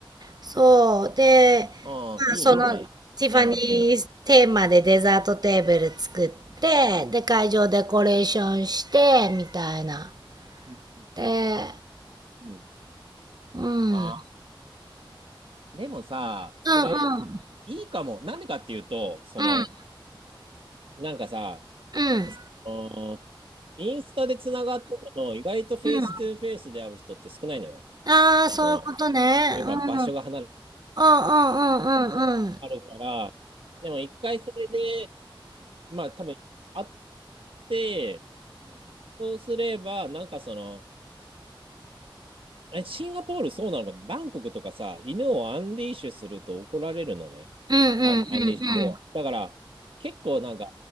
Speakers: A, on the right; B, on the right.
A: そう。で、
B: うん、
A: まあ、
B: いいね。
A: そのティファニーテーマでデザートテーブル作って、
B: うん。
A: で、会場デコレーションして、みたいな。
B: う
A: で、
B: ん。
A: うん。うん
B: ああ、でもさ、それ、
A: うん
B: いいかも。なんでかっていうと、その、
A: うん
B: なんかさ、
A: うん
B: そのインスタでつながってても、意外とフェイストゥフェイスで会う人って少ないのよ。
A: うん。ああ、そういうことね。
B: その、やっぱ場所が離れ
A: うん。ううんんう
B: るとあるから、でも一回それで、まあ多分会って、そうすれば、なんかその、え、シンガポールそうなのか、バンコクとかさ、犬をアンリーシュすると怒られるのね。
A: うんうん
B: アン、アンリーシュを。
A: うん。
B: だから、結構なんか、